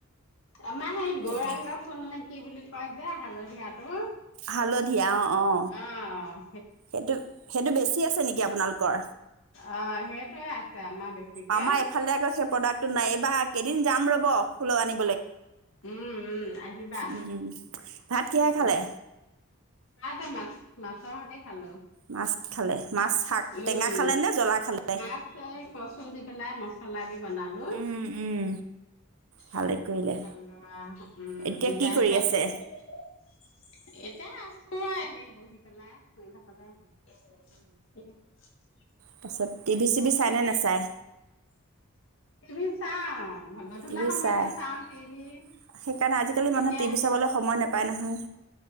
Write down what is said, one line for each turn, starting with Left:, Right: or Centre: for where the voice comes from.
Left: আমাৰ সেই গৌৰাংগ
Right: সেইটোৱে
Left: ফুল নে কি বুলি কয় লে হালধীয়াটো
Right: হালধীয়া অ, অ।
Left: অ।
Right: সেইটো, সেইটো বেছি আছে নেকি আপোনালোকৰ?
Left: অ, সেইটোয়ে আছে আমাৰ বেছিকে।
Right: আমাৰ এইফালে আকৌ সেই প্ৰডাক্টটো নাই এইবাৰ কেইদিন যাম ৰ'ব ফুলৰ আনি
Left: উম, উম। আহিবা।
Right: উম, উম। ভাত কিহে
Left: উম
Right: খালে
Left: আহ তমাক মাছৰ সতি খালো।
Right: মাছ খালে মাছ শাক
Left: উম,
Right: টেঙা খালে নে জ্বলা খালে
Left: মাছ কচু দি পেলাই মচলা দি বনালো।
Right: উম, উম।
Left: উম
Right: ভালে কৰিলে
Left: তাৰপত
Right: এতিয়া কি কৰি
Left: এতিয়া
Right: আছে
Left: আ খোৱাই এনে বহি পেলাই
Right: তাৰছত টিভি চিভি চাইনে নাচায়
Left: <unintelligible> টিভি চাওঁ। গধূলা
Right: টিভি
Left: সময়তহে
Right: চাই সেইকাৰণে
Left: টিভি
Right: আজিকালি মানুহে
Left: এতিয়া
Right: টিভি চাবলৈ সময় নাপায় নহয়।